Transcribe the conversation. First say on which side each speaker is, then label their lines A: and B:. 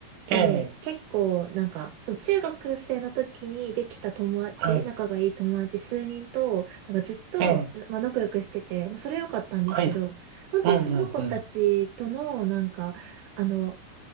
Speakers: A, on the right; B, on the right.
A: ええ、
B: で、結構なんか、その中学生の時にできた友達、
A: はい。
B: 仲がいい友達数人と、なんかずっと、
A: ええ、
B: なまあ、仲良くしてて、まあ、それ良かったんですけど、
A: はい。
B: 本当にその子たちとの、
A: うんうんうん。
B: なんか、あの、